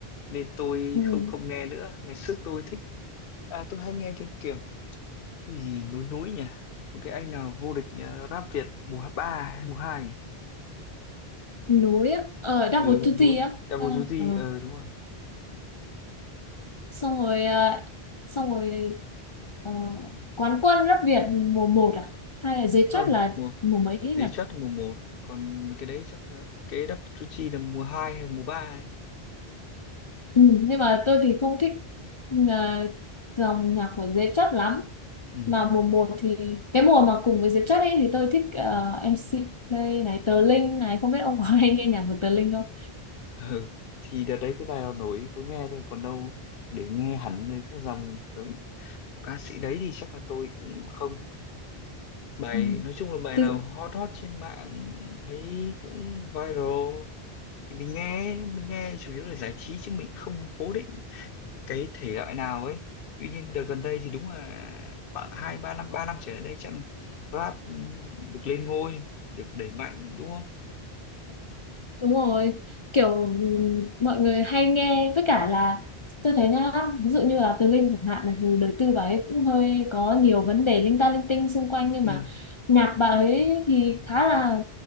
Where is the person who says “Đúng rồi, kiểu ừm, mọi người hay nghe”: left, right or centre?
Left